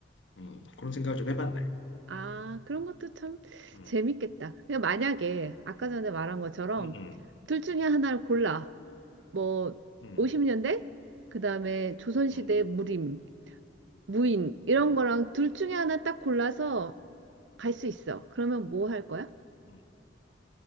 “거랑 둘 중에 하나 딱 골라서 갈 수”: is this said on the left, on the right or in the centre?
Right